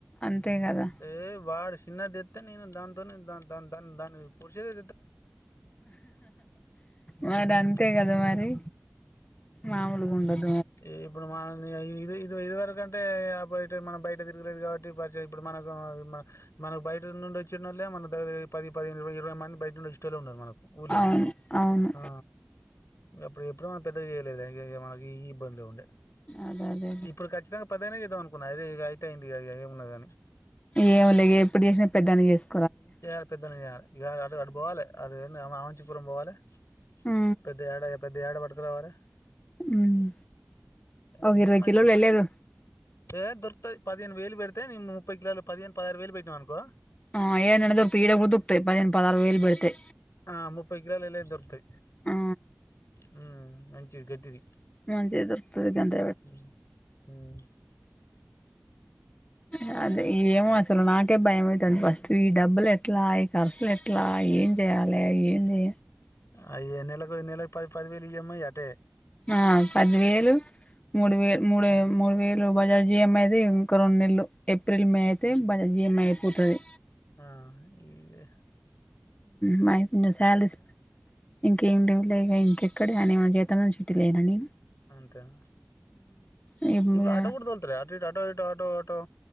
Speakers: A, on the left (about 25°); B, on the left (about 90°).
A: అంతే గదా!
B: ఏ వాడు సిన్నా దీత్తే దాంతోనే దన్ దన్ దన్ పషతే
A: మరి అంతే
B: ఉమ్
A: గద మరి మామొలుగుండదు
B: ఏ ఇబ్బుడు మన ఇది ఇది ఇది వరకంటే మనం బయట తిరగలేదు కాబట్టి ఇప్పుడు మనం మనకు బయట నుండి వచ్చిన వాల్లే మన దగ్గర పది పది ఇరవై మంది బయటినుండి వొచ్చెటొల్లే ఉన్నారు మనకు కూళొళ్ళు
A: అవును. అవును.
B: ఆ ఇంక అప్పుడు ఎప్పుడూ మనం పెద్దగ చేయలేదు మనకి ఈ ఇబ్బందుగ ఉండే
A: అదే అదే అదే.
B: ఇప్పుడు ఖచ్చితంగా పద్దన్నే చేద్దామనుకున్నా ఇక అయితే అయింది ఇక ఏమున్న అని
A: ఏం లే ఇగ ఎప్పుడు చేసినా పెద్దానికి చేస్
B: చేయాలే పెద్దోనికి చేయెలే ఇడ గాదం అటు పోవాలె అది ఏంది ఆమంచిపురం బోవాలే
A: ఆ!
B: పెద్ద యాడా పెద్ద యాడ పట్టుకురావారలే
A: హ్మ్.
B: ఏ
A: ఒక ఇరవై
B: మంచి
A: కిలోలు వెళ్లేదు
B: ఏ దొరుక్తాయ్ పదిహేను వేలు పెడితే నీకు ముప్పై కిలోలు పదిహేను పదారు వేలు పెట్టినావ్ అనుకో
A: ఆ ఏడైన దొరుకుతాయ్ ఈడ. గుడా దొరుకుతాయ్ పదేహేను పద ఆరు వేలూ బెడితె
B: ఆ ముప్పై కిలోలు ఎళ్ళేటివి దొరుకుతాయి
A: ఆ
B: ఉమ్ మంచిది గెట్టిది
A: మంచిగా దొరుకుతది గంత
B: ఉమ్ ఊమ్
A: అ అదే ఏమో అసలు నాకే భయంమయతాంది ఫస్టు ఈ డబ్బులు ఎట్లా కర్సులె ఎట్లా ఏం చేయాలి ఏంది
B: అయ్యో నెలకు నెలకు పది పదివేలుయియమ్మ అటే
A: ఆ పది వేలు మూడు వేలు మూడు మూడు వేలు లు బజాజ్ ఈఎమ్ ది జిఎం ఇంకో రెండు నెలలు ఏప్రిల్ మే అయితే బజాజ్ ఈఎమ్ ఐఅయిపోతది
B: ఆ ఈఏ
A: బ కొంచెం శాలరీస్ ఇంకేం లేవు లేక ఇంకెక్కడ అని మన చేత నుంచి త్తి లేనా నేను
B: అంతేన
A: నేను
B: ఇబ్బు ఆటో గూడ తోల్తడ అటు ఇటు ఆటో ఇటొ ఆటో ఆటో